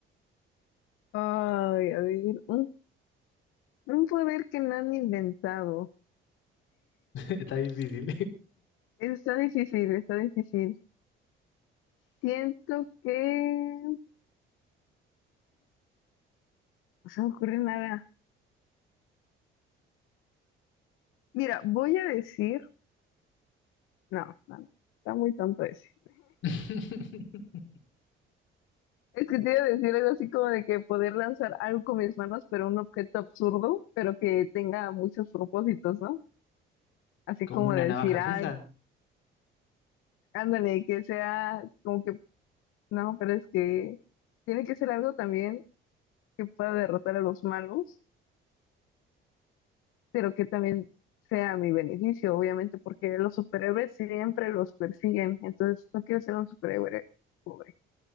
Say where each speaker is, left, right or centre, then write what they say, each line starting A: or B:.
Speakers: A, on the left (about 90°); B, on the left (about 70°).
A: Ay, a ver, un, un poder que no han inventado.
B: <laughs> Está difícil.
A: Está difícil, está difícil. Siento que... No se me ocurre nada. Mira, voy a decir. No, no, no. Está muy tonto ese.
B: <laughs>
A: Es que te iba a decir algo así como de que poder lanzar algo con mis manos, pero un objeto absurdo, pero que tenga muchos propósitos, ¿no? Así
B: ¿Como
A: como
B: una
A: de
B: navaja
A: decir, ay,
B: suiza?
A: ándale, que sea como que. No, pero es que tiene que ser algo también que pueda derrotar a los malos, pero que también sea a mi beneficio, obviamente, porque los superhéroes siempre los persiguen. Entonces, no quiero ser un superhéroe pobre.